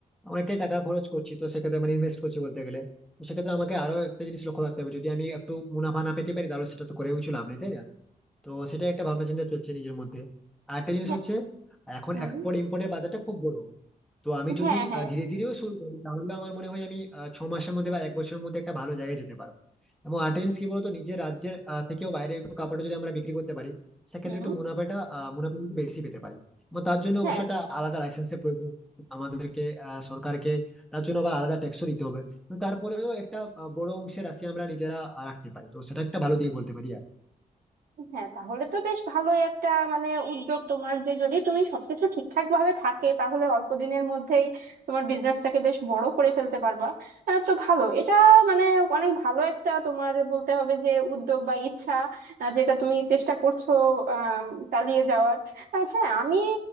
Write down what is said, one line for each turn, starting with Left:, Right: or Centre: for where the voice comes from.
Centre: অনেকটাই টাকা খরচ করছি তো সেক্ষেত্রে মানে ইনভেস্ট করছি বলতে গেলে তো সেক্ষেত্রে আমাকে আরো একটা জিনিস লক্ষ্য রাখতে হবে যদি আমি একটু মুনাফা না পেতে পারি তাহলে সেটা তো করেও কিছু লাভ নেই তাই না তো সেটা একটা ভাবনা চিন্তা চলছে নিজের মধ্যে আর একটা জিনিস
Right: হ্যাঁ
Centre: হচ্ছে এখন
Right: হুম,
Centre: এক্সপোর্ট ইম্পোর্টের বাজারটা খুব বড় তো আমি যদি
Right: হ্যাঁ হ্যাঁ
Centre: আহ, ধীরে ধীরেও শুরু করি তাহলে আমার মনে হয় আমি আহ, ছ মাসের মধ্যে বা এক বছরের মধ্যে একটা ভালো জায়গায় যেতে পারবো এবং আরেকটা জিনিস কি বলতো নিজের রাজ্যের আহ, থেকেও বাইরে একটু কাপড়টা যদি আমরা বিক্রি করতে পারি সেক্ষেত্রে
Right: হুম
Centre: একটু মুনাফাটা আহ, মুনাফা একটু বেশি পেতে পারি এবং তার জন্য
Right: হ্যাঁ
Centre: অবশ্য একটা আলাদা লাইসেন্সের প্রয়োজন আমাদেরকে আহ, সরকারকে তার জন্য আবার আলাদা ট্যাক্সও দিতে হবে এবং তারপরেও একটা আহ, বড় অংশের রাশি আমরা নিজেরা আহ, রাখতে পারি তো সেটা একটা ভালো দিক বলতে পারি
Right: হ্যাঁ তাহলে তো বেশ ভালোই একটা মানে উদ্যোগ তোমার যে যদি তুমি সবকিছু ঠিকঠাক ভাবে থাকে তাহলে অল্প দিনের মধ্যেই তোমার বিজনেসটাকে বেশ বড় করে ফেলতে পারবা আহ, তো ভালো এটা মানে অনেক ভালো একটা তোমার বলতে হবে যে উদ্যোগ বা ইচ্ছা আহ, যেটা তুমি চেষ্টা করছো আহ চালিয়ে যাওয়ার আর হ্যাঁ আমি